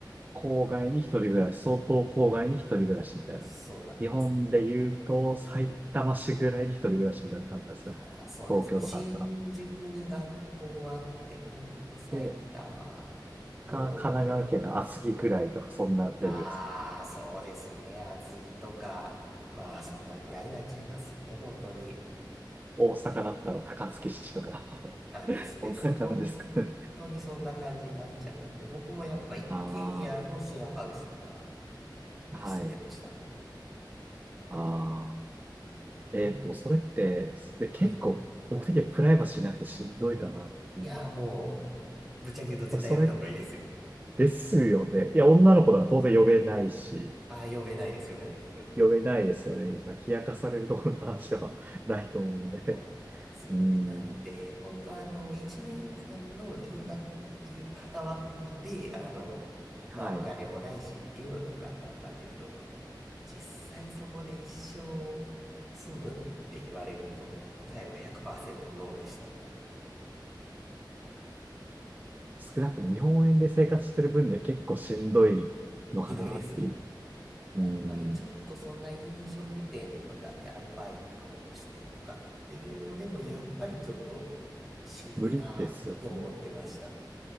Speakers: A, on the right; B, in the centre.
A: ー郊外に一人暮らし、相当郊外に一人暮らしみたいな。
B: そうなんです。
A: 日本で言うと、埼玉市ぐらいに一人暮らしみたいな感じですかね。
B: ああ、そうですね。
A: 東京とかあったら。
B: 新宿に学校あって、ほんと埼玉
A: で、
B: の、
A: か、神奈川県の厚木ぐらいとか、そんなレベルです。
B: ああ、そうですね。厚木とか、まあ、そんなくらいになっちゃいますね。本当に。
A: 大阪だったら高槻市とか
B: あ、
A: <laughs>
B: ですです。
A: こんな感じですかね。
B: 本当にそんな感じになっちゃうんで、僕もやっぱ一軒家のシェアハウスとか
A: ああ、
B: に住んでました。
A: はい。ああ。
B: うん
A: えっと、それって、で、結構、
B: はい。
A: 僕的にはプライバシーなくてしんどいかなっていう。
B: いやー、もう、ぶっちゃけ言うと絶対やめた方がいいですよ。
A: まあ、それですよね。いや、女の子だから当然呼べないし、
B: ああ、呼べないです、呼べないです。
A: 呼べないですよね。まあ、冷やかされるところの話では <laughs> ないと思うので。
B: そうなんですよね。
A: うん。
B: なので、本当あの、1年間の留学っていう型枠で、あの、
A: はい。
B: まあお金もないしっていうのでよかったんだけれども、実際そこで一生住むって言われると答えは100%ノーでした、も
A: 少なくとも日本円で生活してる分で結構しんどいのかなってい
B: んなので、ひどいです。
A: う。
B: やっぱりちょっとそんな飲食店とかでアルバイトをしてとかっていうのでも、
A: うん。
B: やっぱりちょっとしんどいなーって思ってました。
A: 無理ですよね。